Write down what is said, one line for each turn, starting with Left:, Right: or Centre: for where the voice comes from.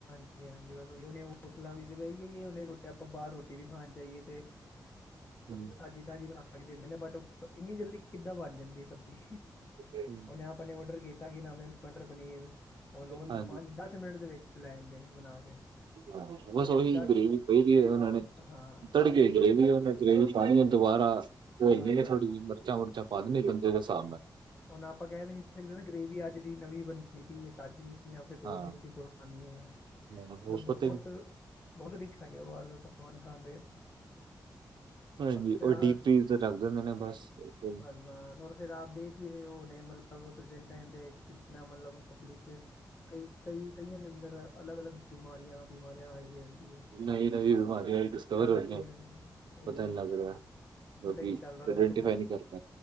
Left: ਜੀ, ਹਾਂਜੀ। ਬਸ ਹੁਣ ਹੋਟਲਾਂ ਵਿੱਚ ਵੀ ਆਹੀ ਹੀਨੇ ਅਗਰ ਆਪਾਂ ਬਾਹਰ ਰੋਟੀ ਵੀ ਖਾਣ ਜਾਈਏ ਤੇ
Right: ਹਮ,
Left: ਤਾਜ਼ੀ-ਤਾਜ਼ੀ ਬਣਾ ਕੇ ਦਿੰਦੇ ਨੇ। ਬਟ ਇੰਨੀ ਜਲਦੀ ਕਿੱਦਾਂ ਬਣ ਜਾਂਦੀ ਸਬਜ਼ੀ
Right: ਹਮ।
Left: ਹੁਨੇ ਆਪ ਨੇ ਔਡਰ ਕੀਤਾ ਕਿ ਨਾਮ ਏ ਮਟਰ-ਪਨੀਰ ਉਹਨੂੰ
Right: ਹਾਂਜੀ
Left: ਪੰਜ-ਦਸ ਮਿੰਟ ਦੇ ਵਿੱਚ ਲੈ ਆਦੇ ਨੇ ਬਣਾ ਕੇ।
Right: ਹਾਂ। ਬਸ,
Left: ਜਦਕਿ
Right: ਉਹੀ ਗਰੇਵੀ ਪਈਦੀ ਐ ਉਹਨਾਂ ਨੇ,
Left: ਹਾਂ
Right: ਤੜਕੇ
Left: ਜਦ
Right: ਗਰੇਵੀ ਉਹ ਗਰੇਵੀ ਪਾਉਣੀ ਦੁਬਾਰਾ ਘੋਲਣੀ
Left: ਬਸ
Right: ਥੋੜੀ ਜਹੀ ਮਿਰਚਾਂ-ਮੁਰਚਾਂ ਪਾ ਦੇਣੀ ਬੰਦੇ ਦੇ ਹਿਸਾਬ ਨਾਲ
Left: ਉ ਹੁਣ ਆਪਾਂ ਕਹਿ ਵੀ ਨੀ ਸਕਦੇ ਨਾ, ਗ੍ਰੇਵੀ ਅੱਜ ਦੀ ਨਵੀਂ ਬਣਨੀ ਏ ਤਾਜ਼ੀ ਜਾਂ ਫਿਰ ਦੋ
Right: ਹਾਂ
Left: ਦਿਨ ਦੀ ਪੁਰਾਨੀ ਐ। ਮਤਲਬ
Right: ਉਹ ਪਤੇ
Left: ਬੋਤ ਬਹੁਤ ਰਿਕਸ ਹੈਗੇ। ਉਹ ਬਾਹਰ ਦਾ ਪਕਵਾਨ ਖਾਨ ਦੇ
Right: ਹਾਂਜੀ।
Left: ਔਰ ਫਿਰ
Right: ਉਹ
Left: ਆ
Right: ਡੀਪ ਫੀਜ਼ਰ ਰੱਖ ਦੇ ਹੁੰਦੇ ਨੇ ਬਸ ਓਹੀ।
Left: ਹਾ ਫੇਰ ਫਿਰ ਆਪ ਦੇਖ ਵੀ ਰਹੇ ਹੋ ਨੇ ਮਤਲਬ ਪ੍ਰੈਜੈਂਟ ਟਾਇਮ ਤੇ ਕਿੰਨਾ ਮਤਲਬ ਪਬਲਿਕ ਕਈ ਕਈ-ਕਈਆਂ ਦੇ ਅੰਦਰ ਅਲੱਗ-ਅਲੱਗ ਬਿਮਾਰੀਆਂ-ਬਿਮਾਰੀਆਂ ਆਈ ਜਾਂਦੀ ਐ।
Right: ਨਵੀਂ ਨਵੀਂ ਬਿਮਾਰੀਆਂ ਡਿਸਕਵਰ
Left: ਨਵੀਂ,
Right: ਹੋ ਰਹੀਆਂ
Left: ਨਵੀਂ ਆਦੇ
Right: ਪਤਾ ਨਹੀਂ ਲੱਗ ਰਿਹਾ
Left: ਪਤਾ
Right: ਲੋਕੀ
Left: ਨੀ ਚੱਲ ਰਹਾ ਨੀ
Right: ਆਇਡੈਂਟੀਫਾਈ
Left: ਤੇ
Right: ਨਹੀਂ ਕਰ ਪਾ